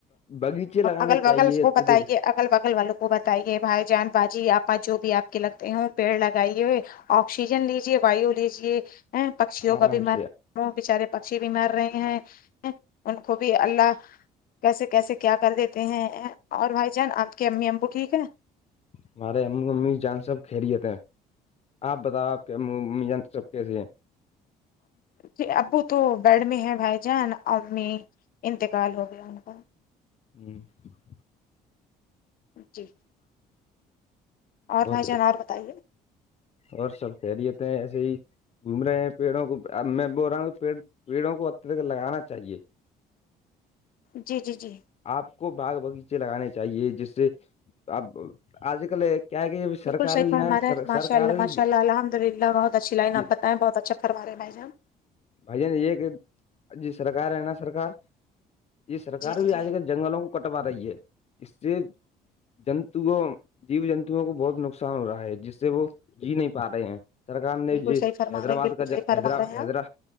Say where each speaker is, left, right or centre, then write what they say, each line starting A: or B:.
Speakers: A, on the left; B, on the left.
A: باغیچے لگانے
B: اگل
A: چاہیے
B: بگل اس کو
A: تو
B: بتائیے
A: دیکھ
B: اگل بغل والوں کو بتائیے بھائی جان باجی آپ کا جو بھی آپ کے لگتے ہیں پیڑ لگائیے آکسیجن لیجیے وایو لیجیے پکھیوں
A: آرام
B: کا بھی مر
A: سے
B: من بچارے پکشی بھی مر رہے ہیں ان کو بھی اللہ کیسے کیسے کیا کر دیتے ہیں اور بھائی جان آپ کی امی امبو ٹھیک ہے
A: ہمارے امی امی جان سب خھیریےت ہیں آپ بتاؤ آپ کے ا امی جان سب کیسی ہیں
B: ج ابو تو بیڈ میں ہے بھائی جان امی انتقال ہو گیا ان کا
A: ہوں <unintelligible>
B: جی
A: اور
B: بھائی جان بتائیے
A: اور سب خیریت ہیں ایسے ہی گھوم رہے ہیں پیڑوں کو اب میں بول رہا ہوں کہ پیڑ پیڑوں کو ا تک لگانا چاہیے
B: جی جی جی
A: آپ کو باغ باغیچے لگانے چاہیے جس سے اب آج کل کیا ہے کہ سرکار
B: بالکلحی
A: بھی
B: فر
A: نا
B: ہمارے ماء
A: سرکار
B: ال
A: بھی
B: ماشء اللہ الحد للہ بہ اچھی لائن
A: یہ
B: آ بتائیں بہت اچھا کرو رہے ہیں بائی جان
A: بھائی جان یہ کہ ج سرکار ہے ن سرکار یہ سرک
B: جی
A: بھی
B: جی جی
A: آج کل جنگلوں کو کٹوا رہی ہے اس سے جنتو جیو جنتوؤں کو بہت نقصان ہو رہا ہے جس سے وہ جی نہیں پا رہے ہیں سرکار نے
B: بالکل
A: حیدرآباد
B: صحیح فرما رہے ہیں بالکل
A: کا
B: صحیح فرما
A: حیدرا
B: رہے ہیں
A: حیدرا
B: آپ